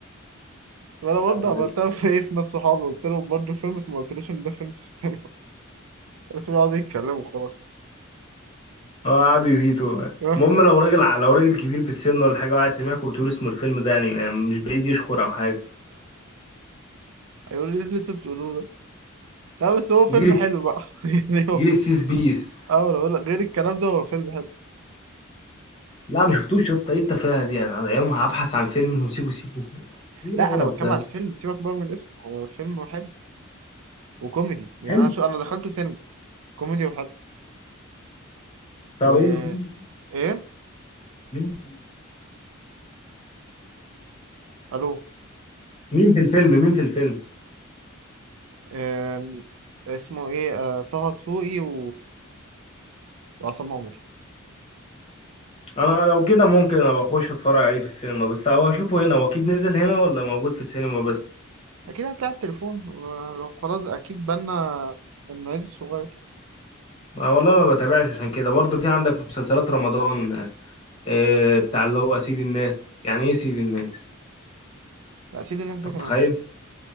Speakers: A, on the right; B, on the left.
A: وانا برضه
B: يا نهار
A: عملتها
B: اسود
A: في ايه في ناس صحابي قلت لهم برضه فيلم بس ما قلتلوش ان ده فيلم في السينما <laughs> بس بيقعدوا يتكلموا خلاص
B: اه قعدوا يزيتوا بقى.
A: <laughs>
B: المهم لو راجل ع- لو راجل كبير في السن ولا حاجه وقعد سمعك وبتقول اسمه الفيلم ده يعني, يعني مش بعيد يشكر او حاجه
A: هيقول لي ايه اللي انت بتقولوه ده لا بس هو فيلم
B: جيل الس...
A: حلو بقى <laughs> يعني هو
B: جيل السيس بيس
A: اه انا بقول لك غير الكلام ده هو فيلم حلو
B: لا ما شفتوش يا اسطى ايه التفاهه دي يعني أنا يوم هبحث عن فيلم اسمه سيكو سيكو يعني ايه القرف
A: لا انا بتكلم
B: ده يا
A: على
B: اسطى
A: الفيلم سيبك بقى من اسمه هو فيلم حلو وكوميدي يعني
B: حلو
A: انا شو انا دخلته سينما كوميدي وحلو
B: طب
A: و
B: ايه مين
A: ايه
B: مين في
A: الو
B: مين في الفيلم مين في الفيلم
A: آم، اسمه ايه آه، طه دسوقي و... وعصام عمر
B: انا لو كده ممكن ابقى اخش اتفرج عليه في السينما بس هو اشوفه هنا هو اكيد نزل هنا ولا موجود في السينما بس
A: اكيد هتلاقي على التليفون لو خلاص اكيد بالنا من العيد الصغير
B: ما والله ما بتابعش عشان كده برضه في عندك مسلسلات رمضان آه، بتاع اللي هو سيد الناس يعني ايه سيد الناس
A: لا سيد الناس
B: انت
A: ده كان
B: متخيل
A: وحش